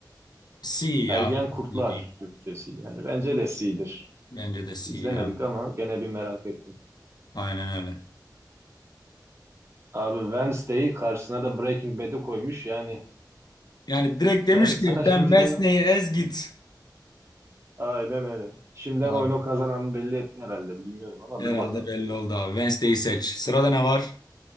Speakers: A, on the left; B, on the right.
A: C
B: Ergen
A: ya.
B: Kurtlar
A: C diyeyim.
B: Türkçesi. Yani bence de C'dir.
A: Bence de C
B: İzlemedik
A: ya.
B: ama gene bir merak ettim.
A: Aynen öyle.
B: Abi Wednesday'i karşısına da Breaking Bad'i koymuş. Yani
A: Yani direkt
B: ben
A: demiş
B: sana
A: ki
B: <laughs> şimdiden
A: sen Wednesday'i ez git.
B: aynen öyle. Şimdiden
A: Abi,
B: oyunu kazananı belli etti herhalde. Bilmiyorum ama
A: herhalde
B: dur bakalım.
A: belli oldu abi. Wednesday'i seç. Sırada ne var?